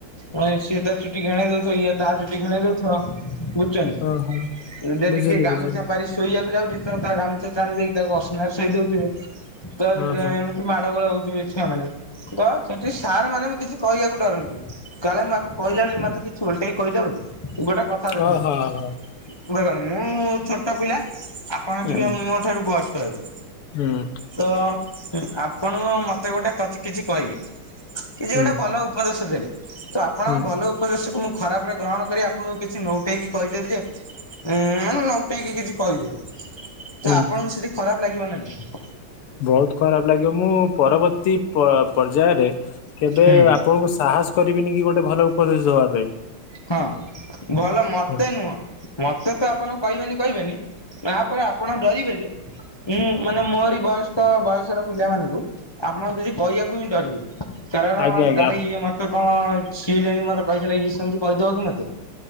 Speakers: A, on the left; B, on the left.
A: ମେ ସିଏ ତା ଚୁଟି ଘେଣେଇ ଦଉଥିବ ଇଏ ତା ଚୁଟି ଘେଣେଇ ଦଉଥିବ। ବୁଝୁଛନ୍ତି
B: ଓହୋ
A: ଯଦି
B: ବୁଝିଲି
A: କିଏ ଗାମୁଛା
B: ବୁଝିଲି
A: ପାରି ଶୋଇବାକୁ ଯାଉଛି ତ ତା ଗାମୁଛା ଟାଣି ଦେଇକି ତାକୁ ଅସନାରେ ଶୋଇ ଦଉଥିବେ ତ
B: ଓହୋ
A: ଏମିତି ମା ଟ ଗୋଳ ହଉଥିବେ ଛୁଆମାନେ ତ ସେଠି ସାର୍ ମାନେ ବି କିଛି କହିବାକୁ ଡରନ୍ତି। କାଳେ ମୁଁ ଆକୁ କହିଲାବେଳେ ବି ମତେ କିଛି ଓଲଟେଇକି କହିଦେବକି। ଗୋଟେ କ ସାର ଦେଖନ୍ତୁ
B: ଓହୋ। ଓହୋ
A: ଦେଖନ୍ତୁ ମୁଁ ଛୋଟ ପିଲା ଆପଣ
B: ହୁଁ
A: ଟିକେ ମୋ ତାଠୁ ବୟସ୍କ ହେବେ।
B: ହୁଁ।
A: ତ ଆପଣ ମତେ ଗୋଟେ କଥା କିଛି କହିଲେ। କିଛି
B: ହୁଁ
A: ଗୋଟେ ଭଲ ଉପଦେଶ ଦେଲେ ତ ଆପଣଙ୍କ
B: ହୁଁ
A: ଭଲ ଉ ଉପଦେଶକୁ ମୁଁ ଖରାପ ରେ ଗ୍ରହଣ କରି ଆପଣଙ୍କୁ କିଛି ନଉଟେଇକି କହିଦେବ ଯେ। ଉଁ ମାନେ ନଉଟେଇକି କିଛି କହିଦେବି ତ
B: ହୁଁ
A: ଆପଣଙ୍କୁ ସେଠି ଖରାପ ଲାଗିବନା ନାଇଁ?
B: ବହୁତ ଖରାପ ଲାଗିବ ମୁଁ ପରବର୍ତ୍ତୀ ପ ପର୍ଯ୍ୟାୟରେ କେବେ
A: ହୁଁ
B: ଆପଣଙ୍କୁ ସାହସ କରିବିନି କି ଗୋଟେ ଭଲ ଉପଦେଶ ଦବା ପାଇଁ।
A: ହଁ ଭଲ ମତେ
B: ହୁଁ,
A: ନୁହଁ ମତେ ତ ଆପଣ କହିବେନି କହିବେନି ତାପରେ ଆପଣ ଡରିବେ ଯେ ମୁଁ ମାନେ ମୋରି ବୟସ୍କ ବୟସର ପିଲାମାନାନଙ୍କୁ ଆପଣଙ୍କୁ କିଛି କହିବାକୁ ହିଁ ଡରିବି। କାରଣ
B: ଆଜ୍ଞା ଆଜ୍ଞା
A: କାଳେ ଇଏ ମତେ କଣ ସିଏ ଯେମିତି ମତେ କହିଥିଲେ ଏ ସେମତି କହିଦବ କି ମତେ।